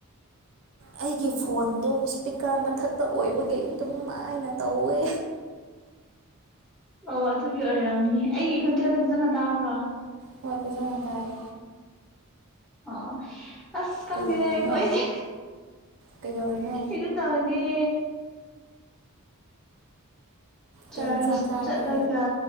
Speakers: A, on the right; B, in the centre.
A: ꯑꯩꯒꯤ ꯐꯣꯟꯗꯣ ꯏꯁꯄꯤꯀꯔ ꯃꯊꯛꯇ ꯑꯣꯏꯕꯒꯤ ꯑꯗꯨꯝ ꯃꯥꯏꯅ ꯇꯧꯋꯦ
B: ꯑꯣ ꯑꯗꯨꯒꯤ ꯑꯣꯏꯔꯝꯅꯤ ꯑꯩꯒꯤ ꯈꯣꯟꯖꯦꯜꯗ ꯐꯖꯅ ꯇꯥꯕ꯭ꯔꯣ
A: ꯍꯣꯏ ꯐꯖꯥ ꯉ ꯇꯥꯏ
B: ꯑꯣ ꯑꯁ ꯈꯪꯒꯤꯗꯦ
A: ꯀꯩꯗꯧꯔꯤꯅꯣ
B: ꯀꯣꯏꯦ
A: ꯀꯩꯗꯧꯔꯤꯅꯣ
B: ꯏ ꯇꯧꯅꯤ ꯆ
A: ꯀꯩ ꯏꯟꯁꯥꯡ ꯆꯥꯔꯦ
B: ꯆꯠꯂꯒ